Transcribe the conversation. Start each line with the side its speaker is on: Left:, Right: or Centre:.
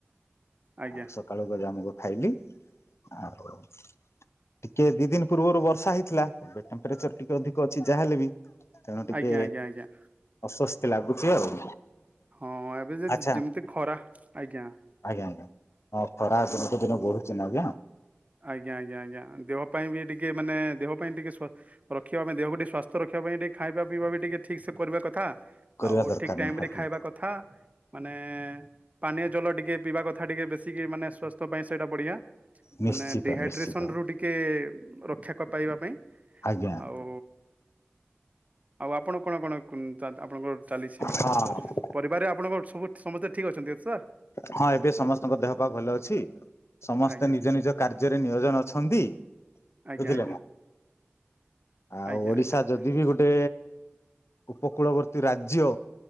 Left: <inaudible>
Right: ଆଜ୍ଞା
Left: ଆଉ ସକାଳୁ ଗଜାମୁଗ ଖାଇଲି। ଆଉ ଟିକେ ଦି ଦିନ ପୂର୍ବରୁ ବର୍ଷା ହେଇଥିଲା ଏବେ ଟେମ୍ପ୍ରେଚର ଟିକେ ଅଧିକ ଅଛି ଯାହା ହେଲେ ବି ତେଣୁ ଟିକେ
Right: ଆଜ୍ଞା ଆଜ୍ଞା ଆଜ୍ଞା।
Left: ଅସ୍ଵସ୍ତି ଲାଗୁଛି ଆଉ।
Right: ହଁ ଏବେ ଯେ
Left: ଆଚ୍ଛା
Right: ଯେମିତି ଖରା ଆଜ୍ଞା।
Left: ଆଜ୍ଞା ଆଜ୍ଞା ହ ଖରା ଦିନକୁ ଦିନ ବଢୁଛି ନା ଆଜ୍ଞା।
Right: ଆଜ୍ଞା ଆଜ୍ଞା ଆଜ୍ଞା ଦେହ ପାଇଁ ବି ଟିକେ ମାନେ ଦେହ। ପାଇଁ ଟିକେ ସ୍ଵ ରଖିବା ପାଇଁ ଦେହକୁ ଟିକେ ସ୍ୱାସ୍ଥ୍ୟ ରଖିବା ପାଇଁ ଟିକେ ଖାଇବା ପିଇବା ବି ଟିକେ ଠିକସେ କରିବା କଥା।
Left: କରିବା
Right: ଆଉ
Left: ଦରକାର
Right: ଠିକ ଟାଇମ
Left: ନିହାତି
Right: ରେ ଖାଇବା କଥା। ମାନେ ପାନୀୟ ଜଳ ଟିକେ ପିଇବା କଥା ଟିକେ ବେଶିକି ମାନେ ସ୍ୱାସ୍ଥ୍ୟ ପାଇଁ ସେଇଟା ବଢିଆ।
Left: ନିଶ୍ଚିତ
Right: ମାନେ ଡିହାଇଡ୍ରେସନ
Left: ନିଶ୍ଚିତ
Right: ରୁ ଟିକେ ରକ୍ଷା କ ପାଇବା ପାଇଁ
Left: ଆଜ୍ଞା
Right: ଆଉ। ଆଉ ଆପଣ କଣ କଣ ଉ ଆପଣଙ୍କର ଚାଲିଛି ମେଡ
Left: ହଁ
Right: ସାର୍ ପରିବାରରେ ଆପଣଙ୍କ ସବୁ ସମସ୍ତେ ଠିକ୍ ଅଛନ୍ତି ତ ସାର୍।
Left: ହଁ ଏବେ ସମସ୍ତଙ୍କ ଦେହ ପା ଭଲ ଅଛି ସମସ୍ତେ
Right: ଆଜ୍ଞା
Left: ନିଜ ନିଜ କାର୍ଯ୍ୟରେ ନିୟୋଜନ ଅଛନ୍ତି। ତି
Right: ଆଜ୍ଞା
Left: ବୁଝିଲେନା?
Right: ଆଜ୍ଞା
Left: ଆଉ
Right: ଆଜ୍ଞା
Left: ଓଡିଶା
Right: ଆଜ୍ଞା ଆଜ୍ଞା
Left: ଯଦି ବି ଗୋଟେ ଉପକୂଳବର୍ତ୍ତୀ ରାଜ୍ୟ।